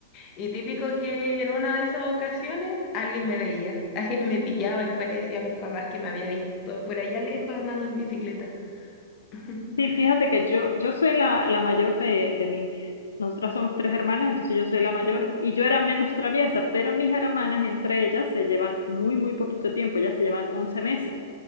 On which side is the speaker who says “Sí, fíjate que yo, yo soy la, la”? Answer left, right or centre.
Left